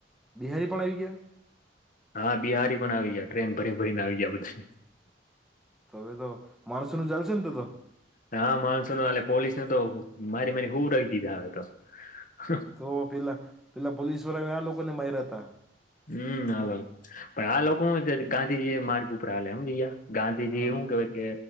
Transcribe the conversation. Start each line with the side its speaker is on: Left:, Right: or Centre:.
Centre: બિહારી પણ આવી ગયા
Left: હા બિહારી પણ આવી ગયા ટ્રેન ભરી ભરીને આવી ગયા બધા.
Centre: હવે તો માણસનું ચાલશે ને તો?
Left: હ માણસો આલે પોલીસને તો મારી મારી હુંવરાવી દીધા હવે તો
Centre: તો પેલા પેલા પોલીસ વાળાને આ લોકોને માયરા હતા.
Left: હમ હાલો પણ આ લોકો હું છે ગાંધીજી માર્ગ ઉપર આલે સમજી ગયા. ગાંધીજી
Centre: હમ
Left: શું કેવાય કે